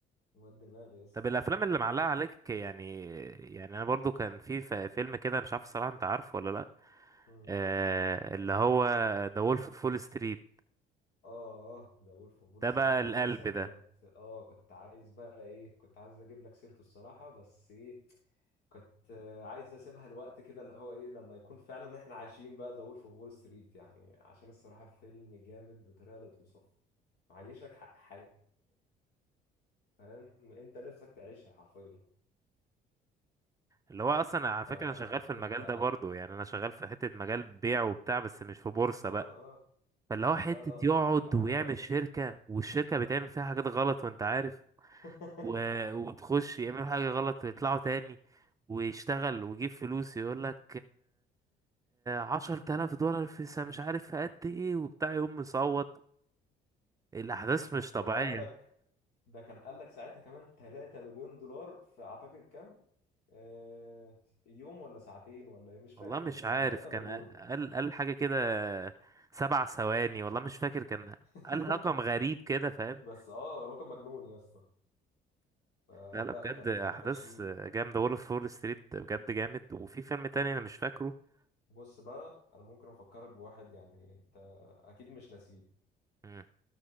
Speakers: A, on the left; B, on the right.
A: واد دماغ يا اسطى
B: طب الافلام اللي معلقه عليك يعني يعني انا برضو كان في ف- فيلم كده مش عارف الصراحه انت عارفه ولا لا
A: مم.
B: آه، اللي هو ذا وولف اوف فول ستريت
A: اه اه ده وولف اوف وول
B: ده
A: ستريت
B: بقى
A: ده
B: القلب
A: انا لسه
B: ده
A: كنت اه كنت عايز بقى ايه كنت عايز اجيب لك سيرته الصراحه بس ايه كنت آه، عايز اسيبها الوقت كده اللي هو ايه لما يكون فعلا احنا عايشين بقى ذا وولف اوف وول ستريت يعني عشان الصراحه الفيلم جامد بطريقه لا توصف معيشك ح- حياة فاهم انت نفسك تعيشها حرفيا
B: اللي هو اصلا على
A: فانت
B: فكره انا شغال في المجال
A: اه
B: ده برضو يعني انا شغال في حته مجال بيع وبتاع بس مش في بورصه
A: اه
B: بقى فاللي هو حته
A: لا لا مش
B: يقعد
A: هي عقارات
B: ويعمل شركه والشركه بتعمل فيها حاجات غلط وانت عارف
A: <laughs>
B: و... وتخش يعمل حاجه غلط ويطلعوا تاني ويشتغل ويجيب فلوس يقول لك عشر تلاف دولار في سا- مش عارف في قد ايه وبتاع يقوم مصوت الأحداث مش طبيعية
A: هو قال لك ده كان قال لك ساعتها كمان 3 مليون دولار في اعتقد كام آه يوم ولا ساعتين ولا ايه مش فاكر
B: والله مش
A: بس
B: عارف
A: كان 3
B: كان
A: مليون
B: قال قال حاجة كده سبع ثواني والله مش فاكر كان
A: <laughs>
B: قال رقم غريب كده فاهم
A: بس اه رقم مجنون يا اسطى آه
B: لا لا
A: لا
B: بجد
A: كان
B: أحداث
A: غشيم
B: جامدة وولف فول ستريت بجد جامد وفي فيلم تاني أنا مش فاكره
A: بص بقى انا ممكن افكرك بواحد يعني انت اكيد مش ناسيه
B: مم.